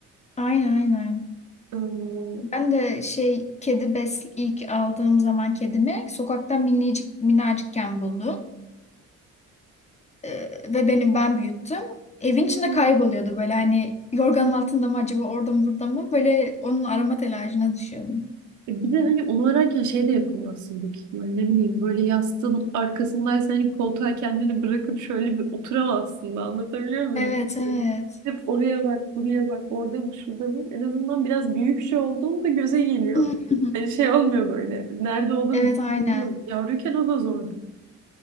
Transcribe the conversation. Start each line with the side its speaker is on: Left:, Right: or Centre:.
Left: Aynen aynen.
Right: Ee,
Left: Ben de şey kedi bes ilk aldığım zaman kedimi sokaktan minicik minacıkken buldum. Ee, ve benim ben büyüttüm. Evin
Right: <laughs>
Left: içinde kayboluyordu böyle hani yorganın altında mı acaba orada mı burada mı böyle onun arama telaşına düşüyordum.
Right: Bir de hani onu ararken şey de yapamazsın büyük ihtimalle. Ne bileyim böyle yastığın arkasındaysa hani koltuğa kendini bırakıp şöyle bir oturamazsın da anlatabiliyor muyum?
Left: Evet evet.
Right: Hep oraya bak, buraya bak, orada mı, şurada mı? En azından biraz büyük şey olduğunda göze geliyor.
Left: <laughs>
Right: Hani şey olmuyor böyle. Nerede olduğunu
Left: Evet aynen.
Right: bilmiyorum. Yavruyken o da zordu.